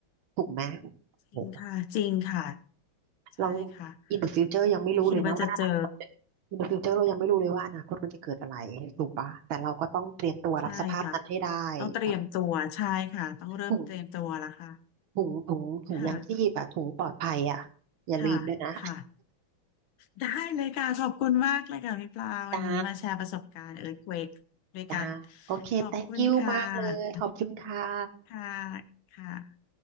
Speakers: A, on the right; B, on the left.
A: ถูกไหม
B: จริงค่ะจริงค่ะ
A: โห
B: ใช่ค่ะ
A: เรา in the future ยังไม่รู้เลยนะว่าอนาคต
B: ไม่คิดว่าจะเจอ
A: in the future เรายังไม่รู้เลยว่าอนาคตมันจะเกิดอะไรถูกปะแต่เราก็ต้องเตรียมตัวรับสภาพนั้นให้ได้
B: ใช่ค่ะต้องเตรียมตัวใช่ค่ะต้องเริ่มเตรียมตัวแล้วค่ะ
A: แบบถุงถุงถุงถุงยังชีพอะถุงปลอดภัยอะอย่าลืมด้วยนะ
B: ค่ะค่ะค่ะได้เลยค่ะขอบคุณมากเลยค่ะพี่ปลาวันนี้มาแชร์ประสบการณ์เอิร์ธเวกด้วยกัน
A: จ้าจ้าโอเค
B: ขอบคุณค่ะ
A: thank you มากเลยขอบคุณค่ะ
B: ค่ะค่ะ